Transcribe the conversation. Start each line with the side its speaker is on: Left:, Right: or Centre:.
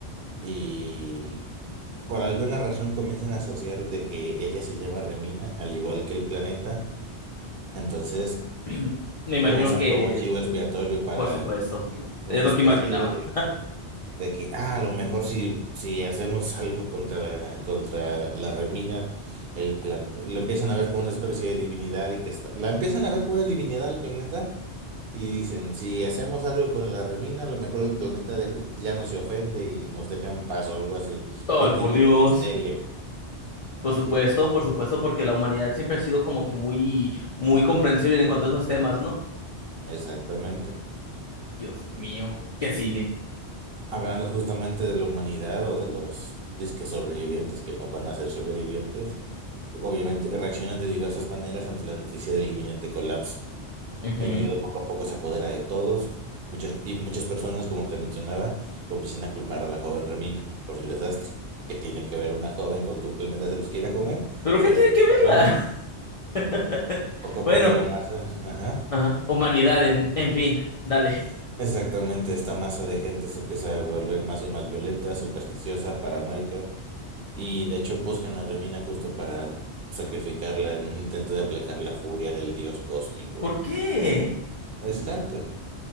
Right: y por alguna razón comienzan a asociar de que ella se llama Remina, al igual que el planeta, entonces
Left: <clears throat> Me imagino
Right: lo usan
Left: que,
Right: como chivo expiatorio para
Left: por supuesto,
Right: una
Left: es lo
Right: especie
Left: que imaginaba.
Right: de de que ah, a lo mejor si, si hacemos algo contra, contra la remina, el plan, la empiezan a ver como una especie de divinidad y que está, la empiezan a ver como una divinidad al planeta y dicen, si hacemos algo con la remina, a lo mejor el planeta deja- ya no se ofende y nos deja en paz o algo así,
Left: Ay,
Right: víctimas
Left: por Dios.
Right: de la histeria.
Left: Por
Right: Así
Left: supuesto,
Right: es,
Left: por supuesto, porque la humanidad siempre ha sido como que muy, muy comprensible en cuanto a esos temas, ¿no?
Right: exactamente.
Left: Dios mío, ¿qué sigue?
Right: Hablando justamente de la humanidad o de los disques sobrevivientes que no van a ser sobrevivientes, obviamente reaccionan de diversas maneras ante la noticia del inminente colapso.
Left: Ujú.
Right: El miedo poco a poco se apodera de todos, muchas, y muchas personas, como te mencionaba, comienzan a culpar a la joven Remina por el desastre. ¿Qué tiene que ver una joven con que un planeta se los quiera comer?
Left: ¿Pero
Right: Solo
Left: qué tiene
Right: ellos
Left: que verla?
Right: sabrán.
Left: <laughs>
Right: Poco a
Left: Bueno,
Right: poco la masa, ajá.
Left: ajá, Humanidad, en, en fin, dale.
Right: Exactamente, esta masa de gente se empieza a volver más y más violenta, supersticiosa, paranoica Y de hecho buscan a Remina justo para sacrificarla en un intento de aplacar la furia del dios cósmico.
Left: ¿Por qué?
Right: Exacto.